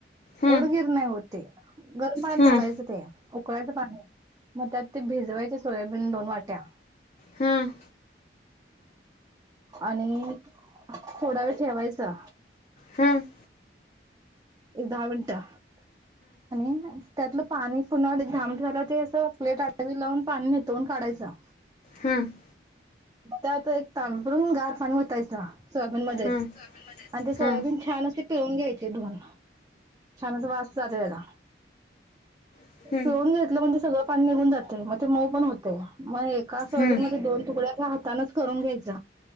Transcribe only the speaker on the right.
एवढं गिर नाही होत ते गरम भात
घालायचं त ते उकळायच पाणी मग त्यात ते भिजवायचे सोयाबीन दोन वाट <inaudible>
आणि थोडा वेळ ठेवायचा
एक दहा मिनट आणि त्यातलं पाणी पुन्हा धा मिंट झालं ते असं प्लेट आडवी लावून पाणी नितळून काढायचं
त्यात एक ताांपरून गार पाणी वतायचा सोयाबीन मध्येच
आणि ते सोयाबीन
छान अस पिळून घ्यायचे धुण छान अस वा जाते त्याला
पिळून घेतलं म्हणज सगळं पाणी निघून जाते. मग ते मऊ पण होते मग एका सोयाबीन
मध्ये दोन तुकड्या. <unintelligible> करून घ्याययच